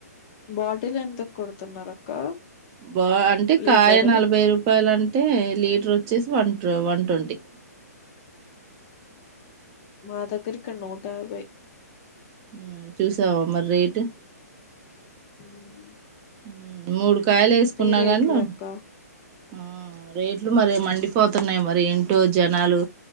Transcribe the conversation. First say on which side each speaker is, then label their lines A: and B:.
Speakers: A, on the left (about 30°); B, on the right (about 25°).
A: బాటిల్ ఎంతకు కొడుతున్నారు అక్క
B: బా అంటే
A: లీటరు
B: కాయ నలభై రూపాయలంటే లీటర్ వచ్చేసి వంట ట్రూ వన్ ట్వంటీ
A: మా దగ్గరిక్కడా నూట యాభై
B: ఉమ్ చూసావా మరి రేటు
A: ఉమ్
B: ఉమ్ మూడు కాయలు వేసుకున్నా
A: రేట్లు
B: కానీ ఆ
A: అక్క
B: ఆ రేట్లు మరి మండిపోతున్నాయి మరి ఏంటో జనాలు